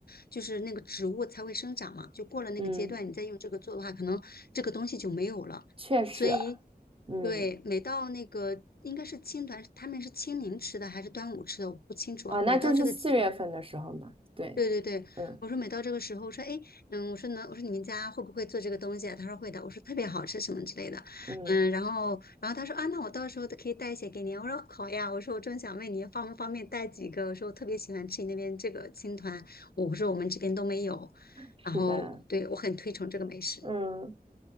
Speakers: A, on the left; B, on the right.
A: 就是那个植物才会生长嘛，就过了那个阶段，
B: 嗯，
A: 你再用这个做的话，可能这个东西就没有了。
B: 确实，
A: 所以，
B: 嗯
A: 对，每到那个应该是青团，他们是清明吃的还是端午吃的，我不清楚啊。
B: 啊，那就是四月份的时候嘛。
A: 每到这个节
B: 对，
A: 对对对，
B: 嗯
A: 我说每到这个时候，我说哎，诶嗯，我说呢，我说你们家会不会做这个东西啊？他说会的，我说特别好吃什么之类的，
B: 嗯，
A: 嗯，然后然后他说啊，那我到时候都可以带一些给你啊我说好呀，我说我正想问你方不方便带几个，我说我特别喜欢吃你那边这个青团，我说我们这边都没有，
B: 是的，
A: 然后对我很推崇这个美食
B: 嗯，